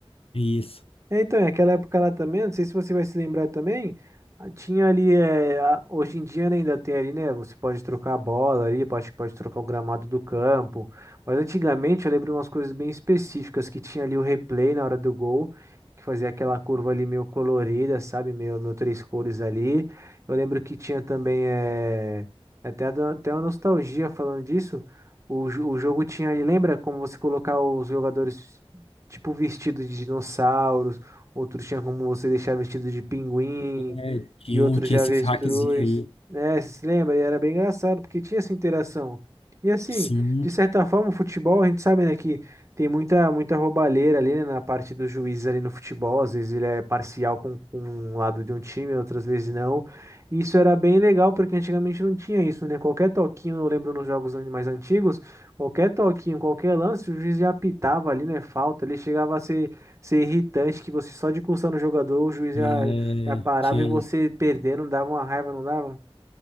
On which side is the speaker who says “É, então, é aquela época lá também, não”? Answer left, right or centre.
Right